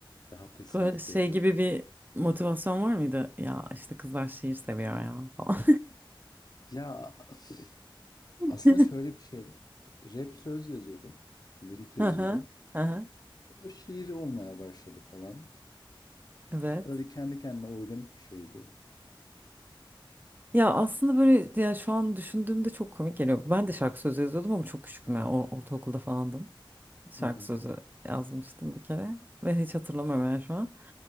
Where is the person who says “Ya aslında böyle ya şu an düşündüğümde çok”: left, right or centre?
Right